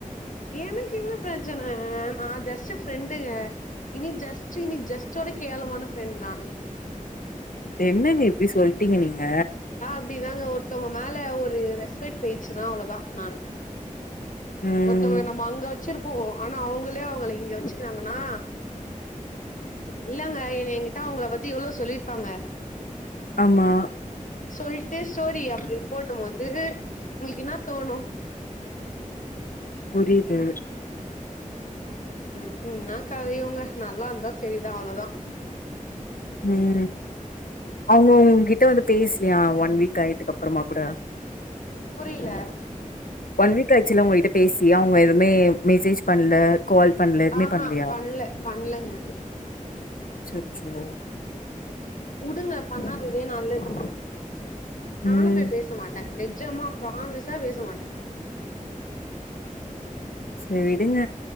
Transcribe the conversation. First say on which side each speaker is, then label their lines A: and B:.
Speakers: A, on the left; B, on the left.
A: எனக்கு என்ன பிரச்சன நா ஜஸ்ட் ஃப்ரெண்டுங்க இனி ஜஸ்ட் இனி ஜஸ்டோட கேவலமான ஃப்ரெண்ட் நானு
B: என்னங்க இப்டி சொல்ட்டீங்க நீங்க
A: ப்படி தாங்க ஒருத்தவங்க மேல ஒரு ரெஸ்பெக்ட் போயிச்சுனா அவ்ளோதா நானு
B: ம்
A: ஒருத்தவங்கள நம்ம அங்க வச்சிருப்போ ஆனா அவுங்களே அவுங்கள இங்க வச்சுக்குனாங்கனா இல்லங்க எனய எங்க்கிட்ட அவுங்கள பத்தி எவ்ளோ சொல்லிருப்பாங்க
B: ஆமா
A: சொல்ட்டு ஸ்டோரி அப்டி போடும் போது உங்களுக்கு என்னா தோணு
B: புரியிது
A: ம் ம் என்னா கத இவங்க நல்லா இருந்தா செரிதா அவ்வளதா
B: ம் அவங்க உங்ககிட்ட வந்து பேசலியா ஒன் வீக் ஆயடுக்கு அப்பறமா கூட
A: புரில
B: ஒன் வீக் ஆச்சில்ல உங்ககிட்ட பேசி அவங்க எதுவுமே மெசேஜ் பண்ணல கால் பண்ணல எதுமே
A: ஆஹா
B: பண்ணலயா
A: பண்ல பண்லங்க
B: அச்சச்சோ
A: வுடுங்க பண்ணாததே நல்லது நானு
B: ம்.
A: போய் பேச மாட்டே நிஜம்மா பிராமிஸா பேச மாட்டே
B: செரி விடுங்க